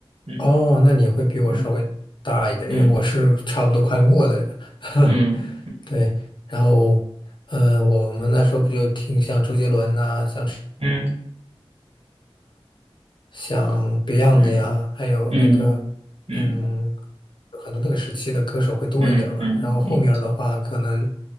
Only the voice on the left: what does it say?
哦，那你会比我稍微大一点，
因为我是差不多快末的人。<laughs>
对，然后，呃，我们那时候不就听像周杰伦呐、像
像 Beyond
的呀，还有那个，
嗯，很多那个时期的歌手会多一点儿吧。
然后后面儿的话，可能，